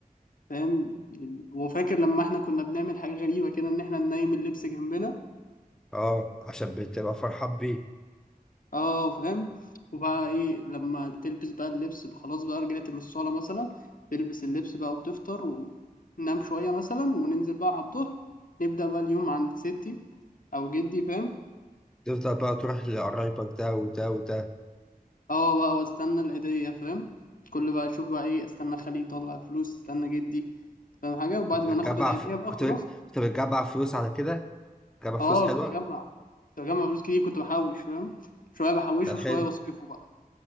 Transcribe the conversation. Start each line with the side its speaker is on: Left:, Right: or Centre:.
Left: فاهم وفاكر لما احنا كنا بنعمل حاجة غريبة كده ان احنا ننيم اللبس جنبنا
Centre: آه عشان بتبقى فرحان بيه،
Left: اه فاهم وبقى ايه لما تلبس بقى اللبس خلاص بقى رجعت من الصالة مثلا تلبس اللبس بقى وتفطر وننام شوية مثلا وننزل بقى على الظهر نبدأ بقى اليوم عند ستي أو جدي فاهم
Centre: تفضل بقى تروح لقرايبك ده وده وده،
Left: اه بقى واستنى العيدية فاهم كل بقى اشوف بقى ايه استنى خالي يطلع فلوس استنى جدي فاهم حاجة وبعد
Centre: كنت
Left: ما
Centre: بتجمع
Left: ناخد العيدية
Centre: ف...
Left: بقى
Centre: كنت
Left: خلاص
Centre: كنت بتجمع فلوس على كده؟ بتجمع فلوس
Left: اه
Centre: حلوة؟
Left: كنت بجمع كنت بجمع فلوس كتير كنت بحوش فاهم شوية بحوشه
Centre: ده
Left: وشوية
Centre: حلو،
Left: بصرفه بقى